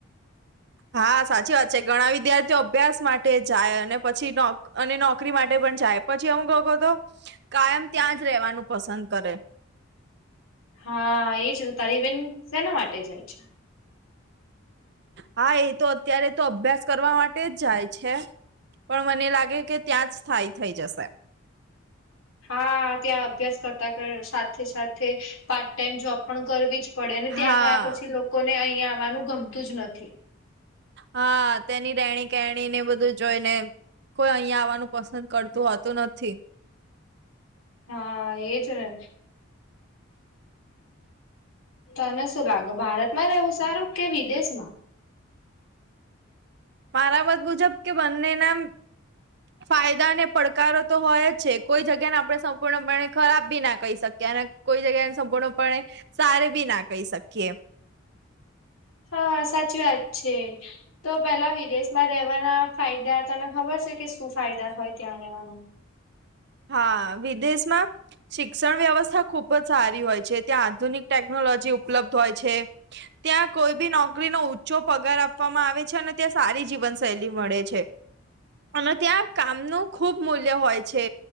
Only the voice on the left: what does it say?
હા એજ ને તારી બેન શેના માટે જાય છે?
હા ત્યાં અભ્યાસ કરતા કર સાથે સાથે પાર્ટ ટાઈમ જોબ પણ કરવી જ પડે અને ત્યાં
ગયા પછી લોકોને અહીંયા આવવાનું ગમતું જ નથી.
હા એ જ ને. તને શું લાગે ભારતમાં રહેવું સારું કે વિદેશમાં?
હા સાચી વાત છે. તો પેલા વિદેશમાં રહેવાના ફાયદા હતા તને ખબર છે કે શું ફાયદા હોય ત્યાં રહેવાના?